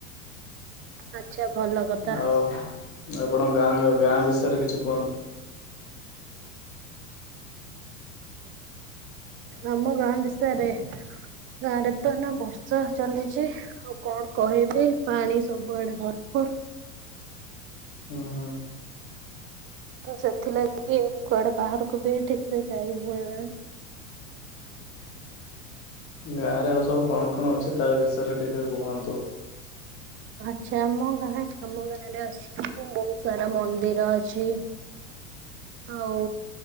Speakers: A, on the right; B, on the left.
A: ଆଚ୍ଛା ଭଲ କଥା
B: ଆଉ ଆପଣ ଗାଁ ଗାଁ ବିଷୟରେ କିଛି କୁହନ୍ତୁ।
A: ଆମ ଗାଁ ବିଷୟରେ ଗାଁ ରେ ତ ଏନା ବର୍ଷା ଚାଲିଛି। ଆଉ କଣ କହିବି ପାଣି ସବୁଆଡେ ଭରପୁରୁ।
B: ହୁଁ ହୁଁ
A: ତ ସେଥିଲାଗି କୁଆଡେ ବାହାରକୁ ବି ଠିକ ସେ ଯାଇ ହୁଏ ନା।
B: ଗାଁ ରେ ଆଉ ସବୁ କଣ କଣ ଅଛି ତା ବିଷୟରେ ଟିକେ କୁହନ୍ତୁ।
A: ଆଛା ଆମ ଗାଁ ଆମ ଗାଁରେ ଅସି ବହୁତ ସାରା ମନ୍ଦିର ଅଛି ଆଉ